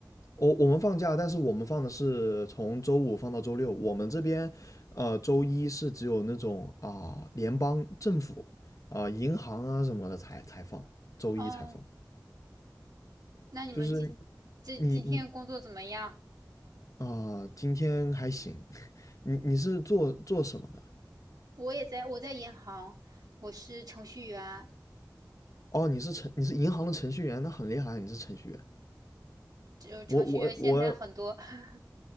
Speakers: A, on the left; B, on the right.
A: 我我们放假，但是我们放的是从周五放到周六。我们这边，呃，周一是只有那种啊、联邦政府啊、银行啊什么的才才放，周一才放。
B: 哦，那你们今
A: 就是
B: 这今天工作怎么样？
A: 你你啊、今天还行。<laughs> 你你是做做什么的？
B: 我也在，我在银行，我是程序员，
A: 哦，你是程你是银行的程序员，那很厉害，你是程序员。
B: 就程序员现在很多，
A: 我我我
B: <laughs>